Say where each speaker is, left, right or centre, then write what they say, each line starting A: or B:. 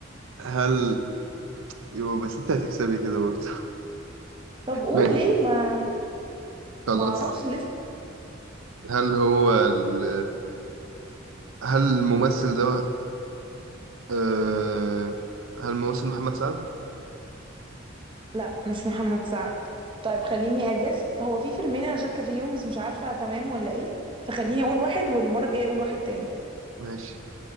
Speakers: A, on the right; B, on the right.
A: هل يو بس انت هتكسبي كده برضه
B: طب قول
A: <laughs>
B: ليه
A: ماشي
B: ما
A: خلاص
B: ما اعرفش لسه
A: هل هو ال... هل الممثل ده آه... هل الممثل محمد سعد؟
B: لا مش محمد سعد طيب خليني اجس هو في فيلمين انا شاكه فيهم بس مش عارفه تمام ولا ايه فخليني اقول واحد والمره الجايه اقول واحد تاني
A: ماشي